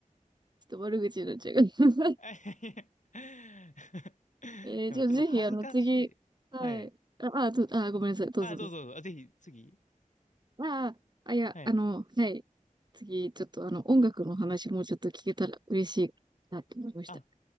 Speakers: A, on the right; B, on the left.
A: っと悪口になっちゃうけど
B: <laughs> あいやいや <laughs>
A: <laughs> えー、
B: でもちょっと恥ずかしい。
A: じゃあぜひ、あの、次、はい。
B: はい。
A: あ、あ、と、あ、ごめんなさい。どうぞどうぞ。
B: あ、どうぞどうぞ。あぜひ、次。
A: あ、あ、いや、
B: はい。
A: あの、はい。次、ちょっと、あの、音楽の話もうちょっと聞けたら嬉しいなと思いました。
B: あ、